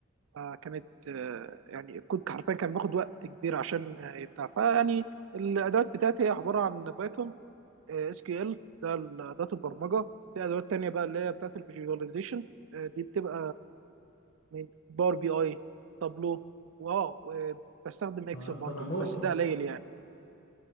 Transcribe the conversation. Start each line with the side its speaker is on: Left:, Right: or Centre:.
Right: فكانت آه، يعني الكود حرفيا كان بياخد وقت كبير عشان آه، يبتاع فيعني الادوات بتاعتي هي عباره عن بايثون اس كيو ال ده اداه البرمجه في ادوات تانية بقى اللي هي بتاعت الفيجواليزيشن دي بتبقى من باور بي اي تابلو واو آه، بستخدم اكسل
Left: آه،
Right: برضو
Left: طبعا دول
Right: بس ده قليل يعني